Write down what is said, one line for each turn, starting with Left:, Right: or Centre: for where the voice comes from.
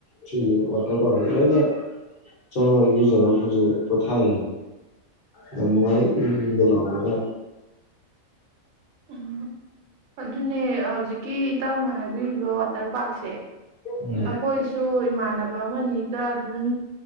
Left: ꯁꯤꯁꯦ ꯋꯥꯇꯔ ꯄꯥꯔꯛꯁꯦ ꯂꯣꯏꯅ ꯆꯪꯉꯒ ꯏꯔꯨꯖꯔ ꯈꯣꯏꯁꯦ ꯄꯣꯊꯥꯏꯌꯦ ꯌꯥꯝ ꯅꯨꯡꯉꯥꯏ ꯏꯪ ꯏꯪ ꯒ ꯂꯥꯎꯔꯒ
Right: ꯎ ꯑꯗꯨꯅꯦ ꯍꯧꯖꯤꯛꯀꯤ ꯏꯇꯥꯎꯅ ꯍꯥꯏꯕꯤꯔꯤꯕ ꯋꯥꯇꯔ ꯄꯥꯔꯛꯁꯦ ꯑꯩꯈꯣꯏꯁꯨ
Left: ꯎꯝ
Right: ꯏꯃꯥꯟꯅꯕ ꯅꯕ ꯑꯃꯅꯤꯒ ꯑꯗꯨꯝ